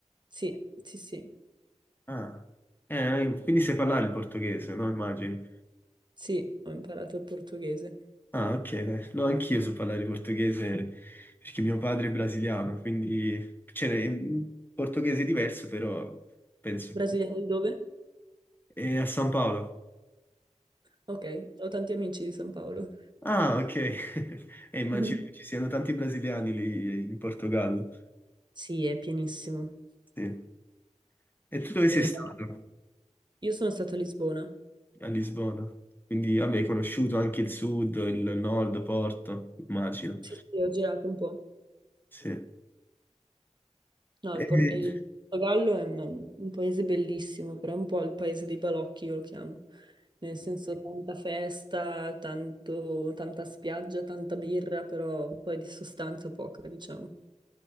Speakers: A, on the right; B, on the left.
A: sì, sì, sì.
B: Ah, eh, quindi sai parlare il portoghese, no? Immagino.
A: Sì, ho imparato il portoghese.
B: Ah, ok, dai. No, anch'io so parlare portoghese perché mio padre è brasiliano, quindi c'è un portoghese diverso, però penso.
A: Brasiliano di dove?
B: È a San Paolo.
A: Ok, ho tanti amici di San Paolo.
B: Ah, ok. <laughs> E immagino
A: <laughs>
B: che ci siano tanti brasiliani lì in Portogallo.
A: Sì, è pienissimo.
B: Sì. E tu dove sei
A: E
B: stato?
A: io sono stata a Lisbona.
B: A Lisbona. Quindi, vabbè, hai conosciuto anche il sud, il nord, Porto, immagino.
A: Sì, sì, ho girato un po'.
B: Sì.
A: No,
B: E-
A: il, Por- il Portogallo è un, un paese bellissimo, però è un po' il paese dei balocchi, io lo chiamo. Nel senso, tanta festa, tanto- tanta spiaggia, tanta birra, però poi di sostanza poca, diciamo.